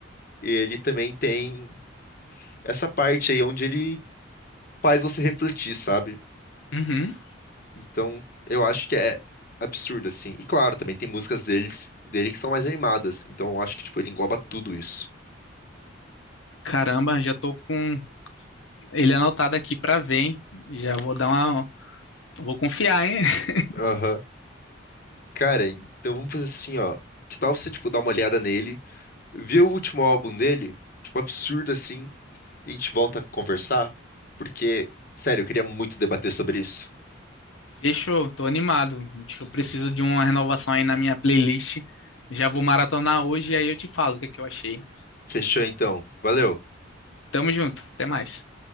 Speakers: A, on the left; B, on the left.
A: e ele também tem essa parte aí onde ele faz você refletir, sabe?
B: Uhum.
A: Então, eu acho que é absurdo, assim. E claro, também tem músicas deles, dele que são mais animadas. Então, eu acho que, tipo, ele engloba tudo isso.
B: Caramba, já tô com ele anotado aqui pra ver, hein? Já vou dar uma. Vou confiar, hein? <laughs>
A: Aham. Cara, então vamos fazer assim, ó. Que tal você, tipo, dar uma olhada nele, ver o último álbum dele, tipo, absurdo, assim. A gente volta a conversar, porque, sério, eu queria muito debater sobre isso.
B: Fechou, tô animado. Acho que eu preciso de uma renovação aí na minha playlist. Já vou maratonar hoje e aí eu te falo o que é que eu achei.
A: Fechou então. Valeu.
B: Tamo junto, até mais.